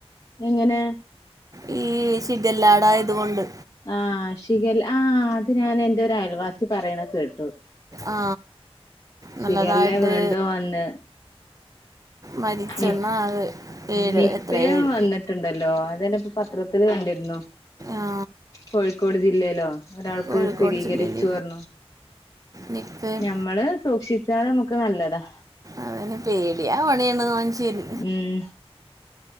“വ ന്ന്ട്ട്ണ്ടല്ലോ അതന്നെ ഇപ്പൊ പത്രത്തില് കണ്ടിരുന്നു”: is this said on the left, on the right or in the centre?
Left